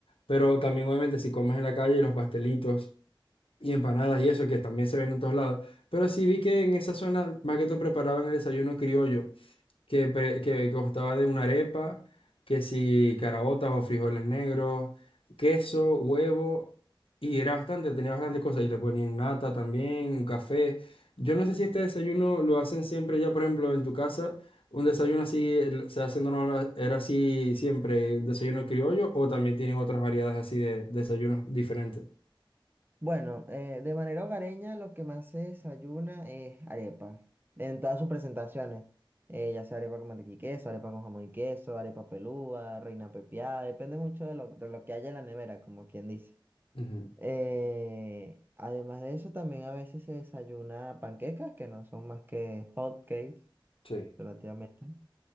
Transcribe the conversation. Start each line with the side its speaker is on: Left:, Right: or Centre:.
Left: pero también obviamente si comes en la calle los pastelitos y empanadas y eso, que también se venden en todos lados. Pero sí vi que en esa zona más que todo preparaban el desayuno criollo que, pre- que constaba de una arepa, que si caraotas o frijoles negros, queso, huevo, y era bastante, tenía bastantes cosas, y le ponían nata también, café. Yo no sé si este desayuno lo hacen siempre ya, por ejemplo, en tu casa, un desayuno así el- se hace normal, era así siempre, un desayuno criollo, o también tienen otras variedades así de desayunos diferentes.
Right: Bueno, eh, de manera hogareña lo que más se desayuna es arepa, en todas sus presentaciones, eh, ya sea arepa con mantequilla y queso, arepa con jamón y queso, arepa pelúa, reina pepiada, depende mucho de lo, de lo que haya en la nevera, como quien dice.
Left: Ujú.
Right: Eh, además de eso, también a veces se desayuna panquecas, que no son más que hot cakes,
Left: Sí,
Right: relativamente.